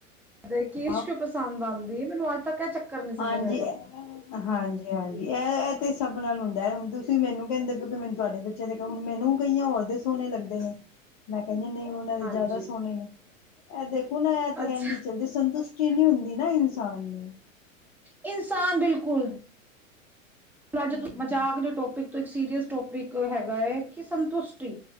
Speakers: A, in the centre; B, on the left (about 45°).
A: <unintelligible> ਕਿਉ
B: ਹਾਂ
A: ਪਸੰਦ ਆਉਂਦੀ ਐ, ਮੈਨੂੰ <unintelligible>
B: ਹਾਂਜੀ,
A: ਆਇਆ
B: ਹਾਂਜੀ-ਹਾਂਜੀ। ਇਹ-ਇਹ ਤੇ ਸਭ ਨਾਲ ਹੁੰਦਾ ਹੈ। ਤੁਸੀਂ ਮੈਨੂੰ ਕਹਿੰਦੇ ਕਿ ਮੈਨੂੰ ਤੁਹਾਡੇ ਬੱਚੇ ਦੇ ਹੁਣ ਮੈਨੂੰ ਕਈਆਂ ਉਹਦੇ ਸੋਹਣੇ ਲੱਗਦੇ ਨੇ। ਮੈਂ ਕਹਿੰਦੇ ਨਹੀਂ, ਉਹਨਾਂ ਦੇ
A: ਹਾਂਜੀ
B: ਜ਼ਿਆਦਾ ਸੋਹਣੇ ਨੇ। ਇਹ ਦੇਖ ਹੁਣ ਐ ਤੇ
A: ਅੱਛਾ
B: ਐਨਜ ਈ ਚੱਲਦੇ, ਸੰਤੁਸ਼ ਕਿ ਨੀ ਹੁੰਦੀ ਨਾ ਇਨਸਾਨ ਨੂੰ
A: ਇਨਸਾਨ ਬਿਲਕੁਲ ਅੱਜ
B: ਹਾਂਜੀ
A: ਤੂੰ ਬਚਾ ਕੇ ਜੋ ਟੋਪਿਕ ਤੋ ਇੱਕ ਸੀਰੀਅਸ ਟੋਪਿਕ ਹੈਗਾ ਹੈ ਕਿ ਸੰਤੁਸ਼ਟੀ